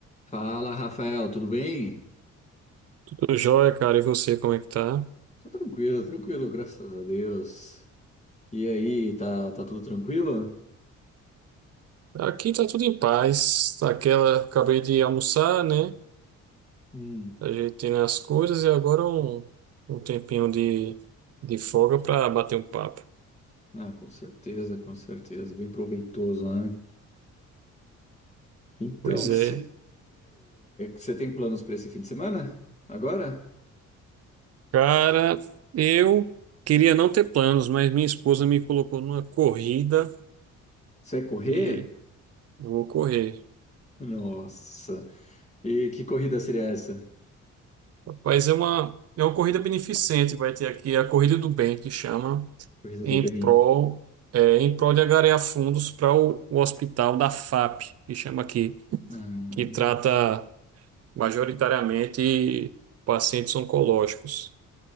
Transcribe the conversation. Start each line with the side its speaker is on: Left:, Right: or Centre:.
Left: Fala, Rafael, tudo bem?
Right: Tudo jóia, cara, e você, como é que tá?
Left: Tô tranquilo, tranquilo, graças a Deus. E aí, tá, tá tudo tranquilo?
Right: Aqui tá tudo em paz. Aquela, acabei de almoçar, né?
Left: Hum,
Right: Ajeitando as coisas e agora um, um tempinho de, de folga pra bater um papo.
Left: ah, com certeza, com certeza, bem proveitoso, né? Então,
Right: Pois
Left: o que
Right: é.
Left: você tem planos para esse fim de semana? Agora?
Right: Cara, eu queria não ter planos, mas minha esposa me colocou numa corrida
Left: Você vai correr?
Right: e vou correr.
Left: Nossa, e que corrida seria essa?
Right: Rapaz, é uma, é uma corrida beneficente, vai ter aqui a Corrida do Bem, que chama.
Left: Corrida
Right: em
Left: do bem.
Right: prol, é, em prol de angariar fundos para o, o hospital da FAP, que chama aqui,
Left: Ah,
Right: que trata majoritariamente pacientes oncológicos.